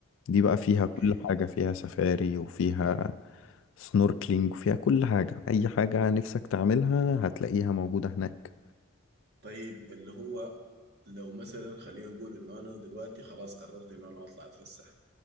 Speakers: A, on the left; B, on the right.
A: دي بقى فيها
B: أوكي
A: كل حاجة فيها سفاري وفيها سنوركلينج وفيها كل حاجة أي حاجة نفسك تعملها هتلاقيها موجودة هناك
B: طيب اللي هو لو مثلا خلينا نقول إنه أنا دلوقتي خلاص قررت إنه أنا أطلع أتفسح